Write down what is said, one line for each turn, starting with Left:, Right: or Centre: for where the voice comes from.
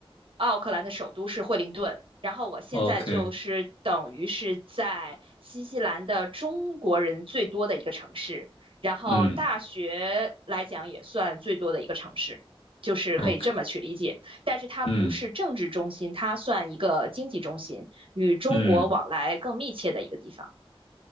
Right: 奥克兰的首都是惠灵顿。然后我现在就是等于是在新西兰的中国人最多的一个城市，
Left: ，OK，
Right: 然后大学来讲也算最多的一个城市，
Left: 嗯
Right: 就是可以这么去理解。
Left: ，OK，
Right: 但是它不是政治中心，
Left: 嗯
Right: 它算一个经济中心，与中国往来更密切的一个地方。
Left: 嗯